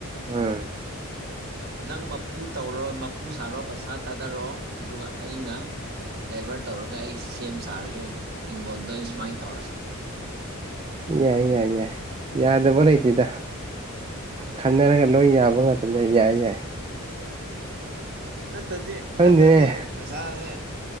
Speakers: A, on the right; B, on the right.
A: ꯑꯥ
B: ꯅꯪ ꯃꯄꯨ ꯇꯧꯔꯣ ꯃꯄꯨ ꯁꯥꯔꯣ ꯄꯩꯁꯥ ꯊꯥꯗꯔꯣ ꯑꯗꯨꯒ ꯑꯩꯅ ꯂꯦꯕꯔ ꯇꯧꯔꯒ ꯑꯩ ꯁꯦꯝ ꯁꯥꯔꯒꯦ ꯏꯪꯈꯣꯟꯜꯗ ꯑꯩ ꯁꯨꯃꯥꯏꯅ ꯇꯧꯔꯁꯦ
A: ꯌꯥꯏ ꯌꯥꯏ ꯌꯥꯏ ꯌꯥꯗꯕꯣꯣꯔꯣꯏꯇꯗ ꯈꯟꯅꯔꯒ ꯂꯣꯏ ꯌꯥꯕ ꯉꯥꯛꯇꯗ ꯌꯥꯏ ꯌꯥꯏ
B: ꯅꯠꯇꯗꯤ ꯅꯠꯇꯗꯤ
A: ꯑꯗꯨꯗꯅꯦ
B: ꯄꯩꯁꯥꯁꯦ